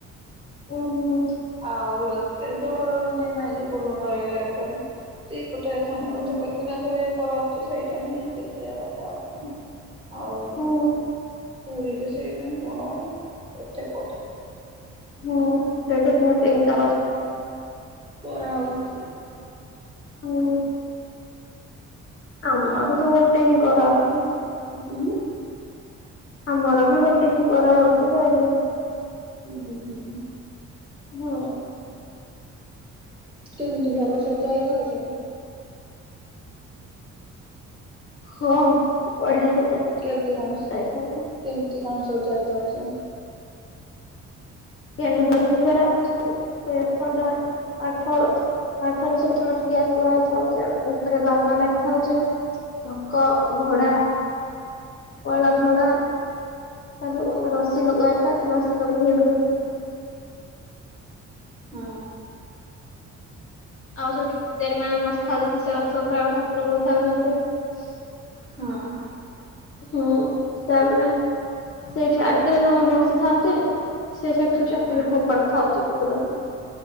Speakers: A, on the left (about 45°); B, on the right (about 15°).
A: ଉମ୍ ହୁଁ।
B: ଆଉ ଏତେ ବଡ ଇଏ ନାଇଁ ଯେ ବୁଡ ରେ ଇଏ କରିମି। ସେଇ ପଟେ ସାନ
A: ହୁଁ।
B: ରଥ କରିକିନା ତ ଇଏ କରାହଉ ତୁ ସେଇଟା ହିଁ ଦେଖେଇବା କଥା ଆଉ କଣ? ଆଉ
A: ହୁଁ
B: ପୁରୀରେ ସେଇନେ କଣ ଏଠି କୋଉଠି
A: ହୁଁ ଉଁ। ଏଇ ଟାଇପ୍ ର ତିନିଟା ର
B: ପରା ହଉଛି।
A: ହୁଁ ଆମର ତ ଗୋଟେ କରହଉଚି।
B: ଉଁ?
A: ଆମର ବି ଗୋଟେ ହିଁ କରାହଉଛି କଲେ
B: ଉଁ ହୁଁ ।
A: ହଁ।
B: କେମତି ଭଲ ସଜା ହେଇଥାଉଚି?
A: ହଁ। ବଢିଆ ସଜା
B: କେମତି କଣ ସି
A: ଯାଇଥାଉଛି।
B: କେମତି କଣ ସଜା ହେଇଥାଉଛି?
A: ଗେଣ୍ଡୁଫୁଲ ସଜରା ହଉଚି <unintelligible> ଆଠ କାଠରେ ସବୁ କଣ ତିଆରି କରାଥାଉଛି ଆଉ। ଉପରେ ବାନା ଲାଗି ଥାଉଛି। ଚକ, ଘୋଡା, କଳା ଧଳା ତ ଧେରେ ଆମ ରସି ଲଗା ହେଇଥାଏ ଯେ ରସି ଲୋକ ଭିଡୁଛନ୍ତି।
B: ହଁ।
A: ଆଉ ସେଠିକି ପୂଜାରୀ ମାନେ ବସିଖାଉଛନ୍ତି ସେ ରଥ ଉପରେ ଆଉ ଠାକୁର ବସି ଥାଉଛନ୍ତି ।
B: ହଁ।
A: ହୁଁ ତାପରେ ସେଇଠି ଆଗରେ ଜଣେ ବସିଥାଉଚି ସେ ସେଠୁ ଚକଲେଟ
B: ହଁ
A: ଫୋପାଡୁ ଉ <unintelligible>